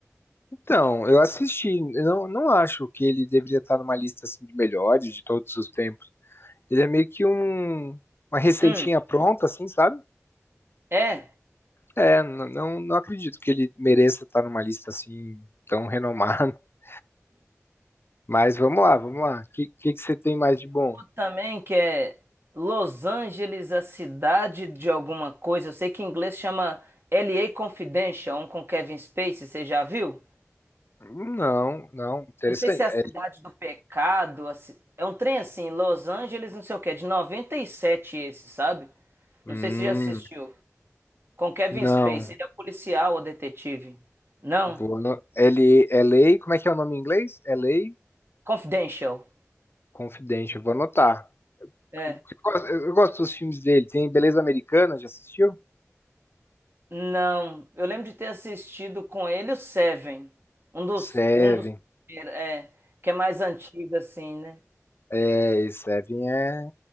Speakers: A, on the left; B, on the right.
A: Então, eu assisti. Eu não, não acho que ele deveria estar numa lista assim, de melhores de todos os tempos. Ele é meio que um, uma receitinha
B: Hum,
A: pronta, assim, sabe?
B: é,
A: É, n- não, não acredito que ele mereça estar numa lista assim tão renomada. <laughs> Mas vamos lá, vamos lá. O que, que, que você tem mais de bom?
B: também que é Los Angeles, a cidade de alguma coisa. Eu sei que em inglês chama LA Confidential, um com Kevin Spacey, você já viu?
A: Não, não, interessante.
B: Não sei se é a
A: É,
B: cidade do pecado, a ci- é um trem assim, Los Angeles, não sei o que, é de 97 esse, sabe?
A: hum,
B: Não sei se já assistiu. Com Kevin
A: não.
B: Spacey, ele é o policial ou detetive? Não?
A: Vou no- L, LA, como é que é o nome em inglês? LA?
B: Confidential.
A: Confidente, eu vou anotar.
B: É.
A: Eu gosto eu gosto dos filmes dele. Tem Beleza Americana, já assistiu?
B: Não. Eu lembro de ter assistido com ele o Seven. Um dos,
A: Seven.
B: um dos, é, que é mais antigo assim, né?
A: É, e Seven é,